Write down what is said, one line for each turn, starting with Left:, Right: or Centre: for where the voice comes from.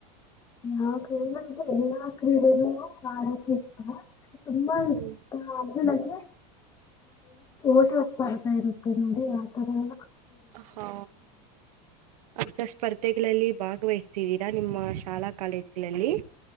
Left: ಯಾವ್ <unintelligible> ನಮ್ಗೆ ಎಲ್ಲಾ ಕ್ರೀಡೆನೂ ಆಡಕ್ಕೆ ಇಷ್ಟ ತುಂಬಾ
Right: ಹ್ಮ್
Left: ಇಷ್ಟ ಅಂದ್ರೆ ನಂಗೆ ಓಟಾ ಸ್ಪರ್ದಾ ಇರುತ್ತೆ ನೋಡಿ ಯಾವ್ತರದ
Right: ಹಾ ಅಂತ ಸ್ಪರ್ಧೆಗಳಲ್ಲಿ ಭಾಗವಹಿಸಿದ್ದೀರಾ ನಿಮ್ಮ ಶಾಲಾ ಕಾಲೇಜುಗಳಲ್ಲಿ.